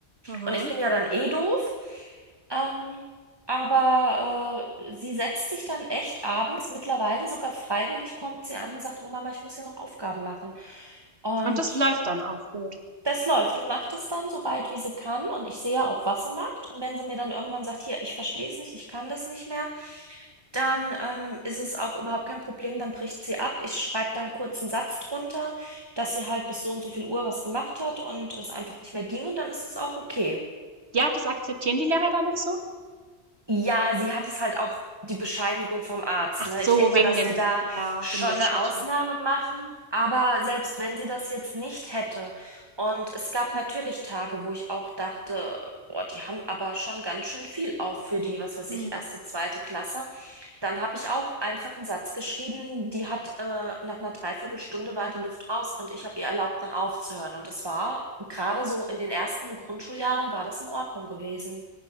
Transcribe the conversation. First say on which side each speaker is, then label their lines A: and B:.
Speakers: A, on the right; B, on the right.
A: Mhm.
B: Und ich bin ja dann eh doof. Ähm, aber äh, sie setzt sich dann echt abends, mittlerweile sogar freiwillig, kommt sie an und sagt, oh Mama, ich muss ja noch Aufgaben machen. Und
A: Und das läuft dann auch gut.
B: das läuft. Die macht das dann so weit, wie sie kann. Und ich sehe ja auch, was sie macht. Und wenn sie mir dann irgendwann sagt, hier, ich verstehe es nicht, ich kann das nicht mehr dann ähm, ist es auch überhaupt kein Problem, dann bricht sie ab. Ich schreibe da einen kurzen Satz drunter, dass sie halt bis so und so viel Uhr was gemacht hat und es einfach nicht mehr ging und dann ist es auch okay.
A: Ja, das akzeptieren die Lehrer dann noch so?
B: Ja, sie hat es halt auch die Bescheinigung vom Arzt,
A: Ach
B: ne?
A: so,
B: Ich denke mal,
A: wegen
B: dass
A: den,
B: die da
A: ja,
B: schon
A: wegen den
B: eine
A: Schwächen.
B: Ausnahme machen, aber selbst wenn sie das jetzt nicht hätte und es gab natürlich Tage, wo ich auch dachte, boah, die haben aber schon ganz schön viel auf für die, was weiß
A: Mhm.
B: ich, erste, zweite Klasse. Dann habe ich auch einfach einen Satz geschrieben, die hat, äh, nach einer Dreiviertelstunde war die Luft raus und ich habe ihr erlaubt, dann aufzuhören. Und das war gerade so in den ersten Grundschuljahren war das in Ordnung gewesen.